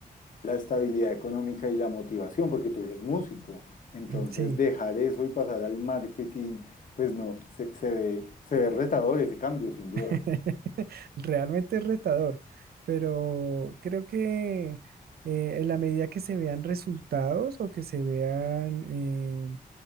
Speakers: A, on the left; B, on the right.
A: la estabilidad económica y la motivación? Porque tú eres músico, entonces
B: <clears throat> Sí,
A: dejar eso y pasar al marketing, pues no, se, se ve, se ve retador ese cambio, sin duda.
B: <laughs> realmente es retador, pero creo que eh, en la medida que se vean resultados o que se vean... eh,